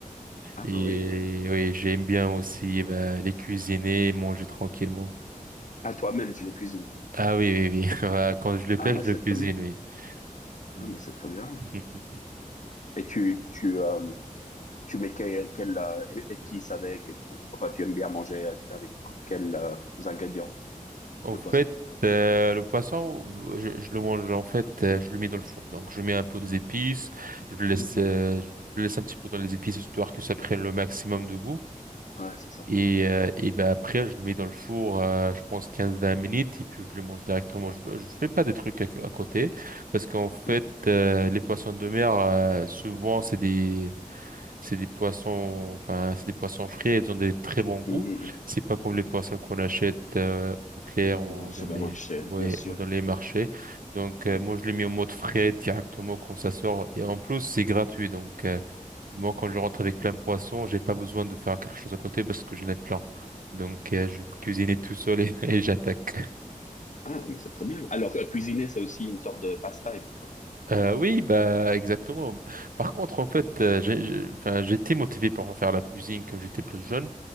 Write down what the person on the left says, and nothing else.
Ah
bah oui.
Ah toi-même tu les cuisines.
Ah
bah
c'est
très bien.
Ah bah c'est très bien.
Et tu tu euh, tu mets quel, quel euh, é- épice avec enfin tu aimes bien manger avec quels euh, ingrédients
le
poisson.
Mhm.
Ouais c'est ça.
Mhm.
Mhm, mhm.
Mhm.
Au supermarché
bien
sûr.
Ouais.
Ah mais c'est très bien. Alors euh, cuisiner c'est aussi une sorte de pastime. quoi.